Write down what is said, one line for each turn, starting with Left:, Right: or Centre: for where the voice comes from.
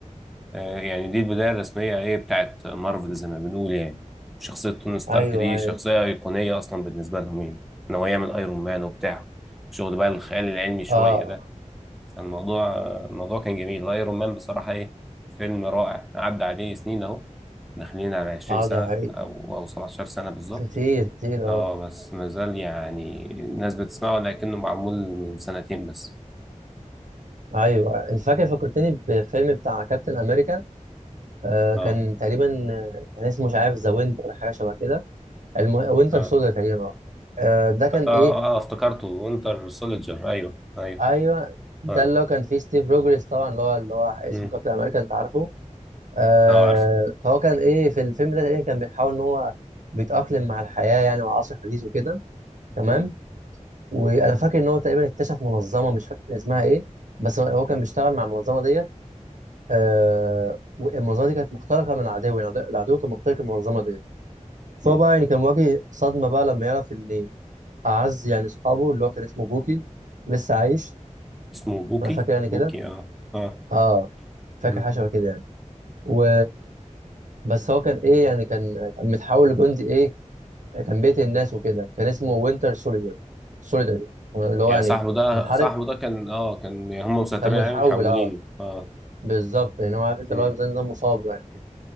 Centre: آه، يعني دي البداية الرسمية ايه بتاعت مارفل زي ما بنقول يعني شخصية توني ستارك
Right: ايوه
Centre: دي
Right: ايوه
Centre: شخصية أيقونية أصلا بالنسبة لهم يعني إن هو يعمل أيرون مان وبتاع شغل بقى الخيال العلمي شوية
Right: اه
Centre: ده فالموضوع الموضوع كان جميل ايرون مان بصراحة ايه فيلم رائع عدى عليه سنين اهو داخلين على 20
Right: اه
Centre: سنة
Right: ده حقيقي
Centre: او او 17 سنة بالظبط
Right: كتير كتير
Centre: اه
Right: اه
Centre: بس ما زال يعني الناس بتسمعه لكنه معمول من سنتين بس
Right: ايوه أيوه. انت فاكر فكرتني بفيلم بتاع كابتن امريكا آه
Centre: اه
Right: كان تقريبا آه، كان اسمه مش عارف ذا وينتر حاجه شبه كده الم... وينتر
Centre: اه
Right: سودا تقريبا اه آه، ده كان
Centre: اه,
Right: ايه
Centre: آه افتكرته وينتر سولجر ايوه ايوه
Right: ايوه ده
Centre: اه
Right: اللي هو كان فيه ستيف روجرز طبعا اللي هو اللي هو اسمه
Centre: مم.
Right: كابتن امريكا انت عارفه آه
Centre: اه عارفه
Right: فهو كان ايه في الفيلم ده تقريبا كان بيحاول ان هو بيتاقلم مع الحياه يعني والعصر الحديث وكده تمام
Centre: مم.
Right: وانا فاكر ان هو تقريبا اكتشف منظمه مش فاكر كان اسمها ايه بس هو كان بيشتغل مع المنظمه ديت آه والمنظمه دي كانت مخترقه من العدو يعني العدو كان مخترق المنظمه ديت فهو
Centre: مم.
Right: بقى يعني كان مواجه صدمه بقى لما يعرف ان اعز يعني اصحابه اللي هو كان اسمه بوكي لسه عايش
Centre: اسمه بوكي
Right: انا فاكر يعني
Centre: بوكي
Right: كده
Centre: اه اه
Right: اه فاكر
Centre: مم.
Right: حاجه شبه كده يعني و بس هو كان ايه يعني كان كان متحول لجندي ايه كان بيقتل الناس وكده كان اسمه وينتر سوليدر سوليدر يعني. تمام اللي هو
Centre: يعني
Right: يعني
Centre: صاحبه ده
Right: محارب
Centre: صاحبه ده كان اه كان هم مسيطرين
Right: كان متحول
Centre: عليه محولينه
Right: اه
Centre: اه
Right: بالظبط يعني هو عارف انت
Centre: مم.
Right: اللي هو زي نظام مصاب يعني كده